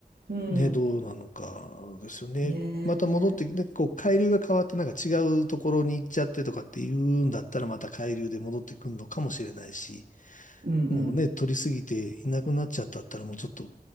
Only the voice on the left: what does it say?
ね、どうなのかですよね。
また戻って、で、こう、海流が変わってなんか違うところに行っちゃってとかっていうんだったら、また海流で戻ってくるのかもしれないし、
もうね、取りすぎていなくなっちゃったったら、もうちょっと